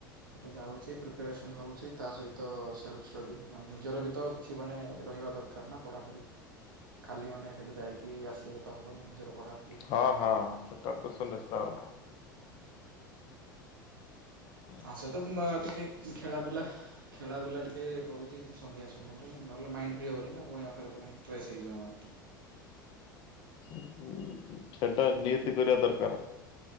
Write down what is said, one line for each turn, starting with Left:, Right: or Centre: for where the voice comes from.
Right: ସେଟା ଯାଉଛି ପ୍ରିପାରେସନ ହଉଛି ତା ସହିତ ସେଲ୍ଫ ଷ୍ଟଡି ମାନେ ନିଜର ଭି ତ କିଛି ମାନେ ରହିବା ଦରକାର। କା ନା ପଢାପଢି ଖାଲି ମାନେ ସେଉଠୁ ଯାଇକି ଆସିଲେ ତ ହବନି ନିଜର ପଢା
Left: ହଁ ହଁ ହଁ ସେଟା ତ ସୁନିଶ୍ଚିତ କଥା। ହଁ।
Right: ତା ସହିତ ମ୍ ଟିକେ ଖେଳା ବୁଲା ଖେଳା ବୁଲା ଟିକେ କରୁଛି ସନ୍ଧ୍ୟା ସମୟରେ ନହେଲେ ମାଇଣ୍ଡ ଫ୍ରି ହବନି ନା ପୁଣି ୟା ଆଉ ଥରେ ପୁଣି <unintelligible>
Left: ଉଁ ହୁଁ ସେଟା ନିହାତି କରିବା ଦରକାର